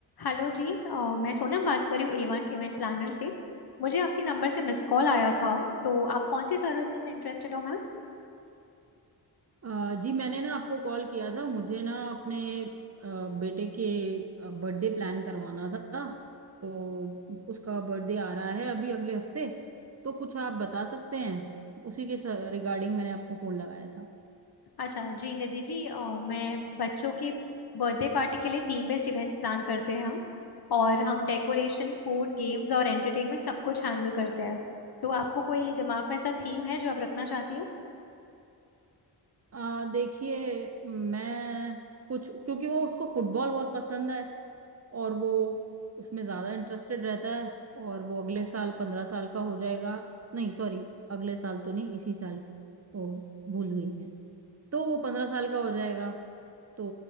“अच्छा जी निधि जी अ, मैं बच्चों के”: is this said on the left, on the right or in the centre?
Left